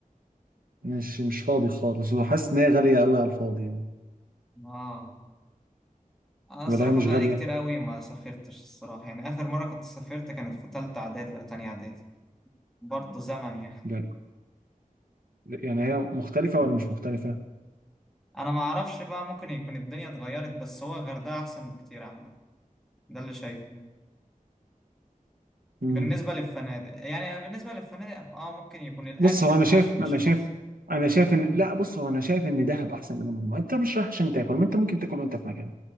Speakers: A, on the right; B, in the centre.
A: مش مش فاضي خالص وحاسس إن هي غالية قوي على الفاضي يعني
B: اه انا الصراحه
A: ولا هي مش
B: بقالي
A: غالية؟
B: كتير قوي ما سافرتش الصراحه يعني اخر مره كنت سافرت كانت في تالتة اعدادي ولا تانية اعدادي برضه زمن يعني
A: لا. يعني هي مختلفة ولا مش مختلفة؟
B: انا ما اعرفش بقى ممكن يكون الدنيا اتغيرت بس هو الغردقه احسن بكتير عامه ده اللي شايفه
A: مم.
B: بالنسبة للفنادق يعني بالنسبة للفنادق اه ممكن يكون الأكل
A: بص هو
B: بتاع
A: انا شايف
B: شرم الشيخ
A: انا شايف
B: أحسن
A: انا شايف
B: أو ممكن
A: ان لا بص هو انا شايف ان دهب احسن من المجمع انت مش رايح عشان تاكل ما انت ممكن تاكل وانت في مكان